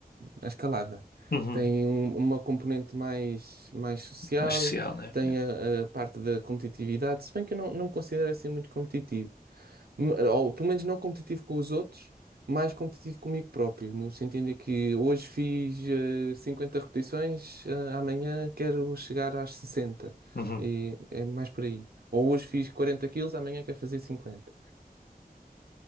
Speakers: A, on the right (about 75°); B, on the left (about 80°).
A: a escalada.
B: Uhum.
A: Tem um- uma componente mais, mais social,
B: Mais social, né?
A: tem
B: Yeah.
A: a, a parte da competitividade, se bem que eu não, não me considero assim muito competitivo, M- ou pelo menos não competitivo com os outros, mais competitivo comigo próprio, no sentido de que hoje fiz eh, 50 repetições, eh, amanhã quero chegar às sessenta
B: Uhum.
A: e é mais por aí. Ou hoje fiz 40 quilos, amanhã quero fazer cinquenta